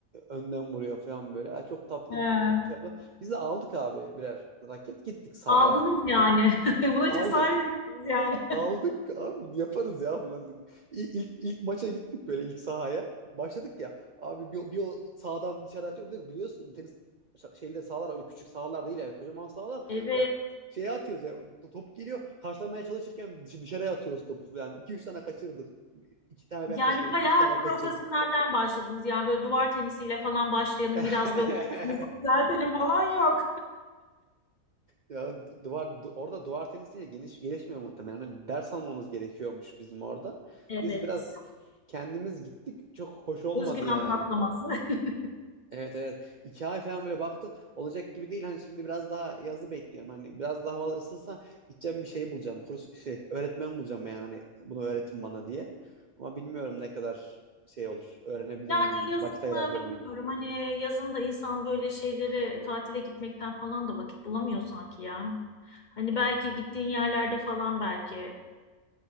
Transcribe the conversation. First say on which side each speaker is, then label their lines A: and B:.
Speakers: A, on the right; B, on the left.
A: önden vuruyor falan böyle. Ha, çok tatlı
B: He.
A: şey yapıyor. Biz de aldık abi birer raket gittik sahaya
B: Aldınız yani. <laughs> Buna
A: aldı
B: cesaret ettiniz yani.
A: aldık abi yaparız ya falan dedik. İ- İlk, ilk maça gittik böyle ilk sahaya. Başladık ya abi bir, o- bir o sağdan dışarı atıyor. Bir de biliyorsun tenis şa- şeyde sahalar öyle küçük sahalar değil yani kocaman sahalar.
B: <laughs> Evet.
A: Şeye atıyoruz ya top geliyor karşılamaya çalışırken dış- dışarıya atıyoruz topu yani. iki üç tane kaçırdık. iki tane
B: Yani
A: ben kaçırdım.
B: bayağı
A: üç tane o
B: profesyonelden
A: kaçırdı.
B: başladınız. Yani böyle duvar tenisiyle falan başlayalım
A: <laughs>
B: biraz böyle sesimizi düzeltelim falan yok.
A: Ya duvar du- orada duvar tenisiyle geniş gelişmiyor muhtemelen. Hani ders almamız gerekiyormuş bizim orada.
B: Evet.
A: Biz biraz kendimiz gittik. Çok hoş olmadı
B: Özgüven
A: yani.
B: patlaması. <laughs>
A: Evet evet. İki ay falan böyle baktık. Olacak gibi değil. Hani şimdi biraz daha yazı bekliyorum. Hani biraz daha havalar ısınsa gideceğim bir şey bulacağım. Kurs şey öğretmen bulacağım yani. Hani bunu öğretin bana diye. Ama bilmiyorum ne kadar şey olur. Öğrenebilir
B: Yani
A: miyim?
B: yazın
A: Vakit ayırabilir
B: e, bilmiyorum
A: miyim?
B: hani yazın da insan böyle şeylere e, tatile gitmekten falan da vakit bulamıyor sanki ya. Hani belki gittiğin yerlerde falan belki.